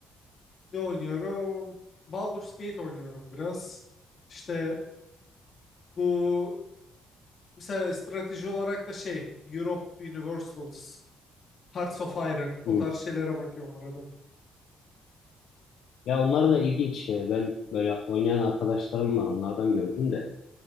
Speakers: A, on the left; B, on the left.
A: ne oynuyorum? Baldur's Gate oynuyorum biraz. İşte bu mesela strateji olarak da şey Europe Universals, Hearts of Iron o
B: Hmm.
A: tarz şeylere bakıyorum arada.
B: Ya onlar da ilginç. Ee, Ben böyle oynayan arkadaşlarım var. Onlardan gördüm de.